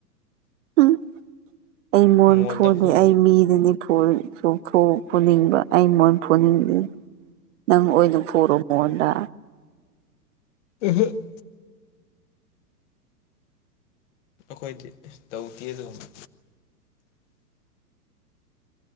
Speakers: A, on the right; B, on the left.
A: ꯎꯝ ꯑꯩ ꯃꯣꯟ
B: ꯃꯣꯟꯗ
A: ꯐꯨꯗꯦ
B: ꯐꯨ
A: ꯑꯩ ꯃꯤꯗꯅꯤ ꯐꯨ ꯐꯨꯅꯤꯡꯕ ꯑꯩ ꯃꯉꯣꯟ ꯄꯨꯨꯅꯤꯡꯗꯦ ꯅꯪ ꯑꯣꯏꯅ ꯄꯨꯔꯣ ꯃꯣꯟꯗ
B: ꯏꯁꯤ <unintelligible> <inaudible> ꯑꯩꯈꯣꯏꯗꯤ ꯇꯧꯗꯦ ꯑꯗꯨꯒꯨꯝꯕ